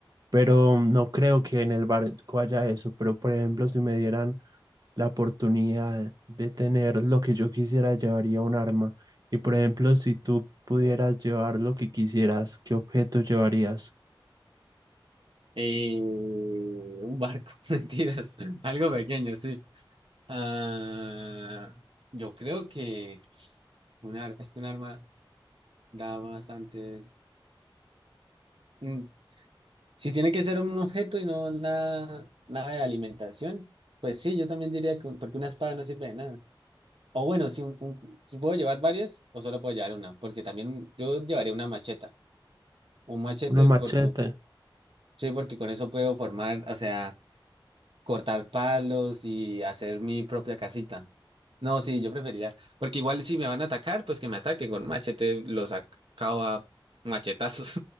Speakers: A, on the right; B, on the right.
A: Pero no creo que en el barco haya eso. Pero por ejemplo, si me dieran la oportunidad de tener lo que yo quisiera, llevaría un arma. Y por ejemplo, si tú pudieras llevar lo que quisieras, ¿qué objeto llevarías?
B: Eh, un barco, <laughs> mentiras, algo pequeño, sí. Ah, yo creo que un ar- es que un arma da bastantes... mm, Si tiene que ser un objeto y no nada, nada de alimentación, pues sí, yo también diría que un- porque una espada no sirve de nada. O bueno, si, un- un- si puedo llevar varias o solo puedo llevar una, porque también yo llevaría una macheta. Un machete
A: Una machete.
B: porque, sí, porque con eso puedo formar, o sea, cortar palos y hacer mi propia casita. No, sí, yo preferiría, porque igual si me van a atacar, pues que me ataquen con un machete, los acabo a machetazos.